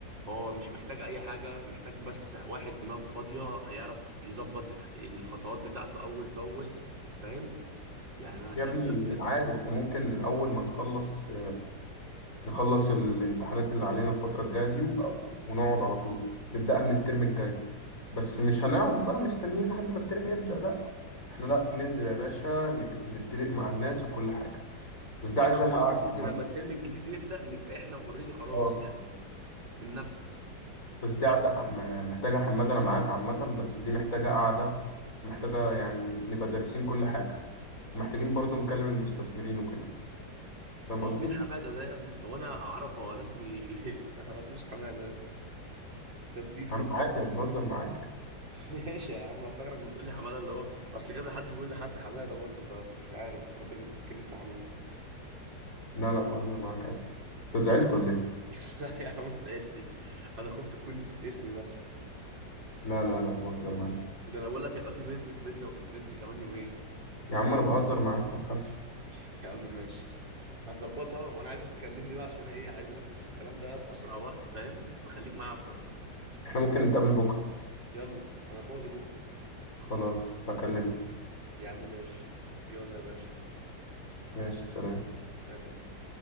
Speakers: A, on the right (about 90°); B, on the left (about 50°).
A: هو مش محتاج اي حاجه محتاج بس واحد دماغه فاضيه يعرف يظبط الح- الخطوات بتاعته اول باول فاهم يعني انا شايف
B: يا ابني
A: لا نبدا
B: عادي احنا ممكن اول ما نخلص نخلص الامتحانات اللي علينا الفترة الجاية دي و- ونقعد على طول نبدأها من الترم الجاي بس مش هنقعد بقى مستنيين لحد ما الترم يبدأ لا احنا لا ننزل يا باشا نج- نتفق مع الناس وكل حاجة بس
A: بالظبط
B: دي عايزة لها
A: بحيث
B: قعدة
A: ان
B: عامة
A: لما الترم الجديد يبدا نبقى احنا اوريدي خلاص
B: اه
A: يعني بننفذ
B: بس دي قعدة م- محتاجة حماد انا معاك عامة بس دي محتاجة قعدة محتاجة يعني نبقى دارسين كل حاجة ومحتاجين برضو نكلم المستثمرين وكده فاهم
A: هو
B: قصدي؟
A: مين حماده ده يا ابني هو انا اعرفه هو انا اسمي <laughs> مش حماده بس تنسيت
B: يا عم عادي انا بهزر معاك
A: <laughs> ماشي يا عم فاكرك بتقول لي حماده اللي هو اصل كذا حد بيقول لحد حماده برضه فمش عارف افتكرتك اسم- كان اسمه حماده
B: لا لا بهزر معاك عادي انت زعلت ولا ايه
A: <laughs> لا يا عم ما سالتش انا خفت تكون نسيت اسمي بس
B: لا لا لا بهزر معاك
A: ده انا بقول لك هيبقى في بيزنس بينا وايفنت كمان يومين
B: يا عم انا بهزر معاك ما تخافش
A: <laughs> يا عم ماشي هنظبطها وانا عايزك تكلمني بقى عشان ايه عايز انفذ في الكلام ده في اسرع وقت فاهم فخليك معايا على الخط
B: احنا ممكن نتقابل بكره
A: يلا انا فاضي بكره
B: خلاص هكلمك
A: يا عم ماشي يلا يا باشا
B: ماشي سلام
A: سلام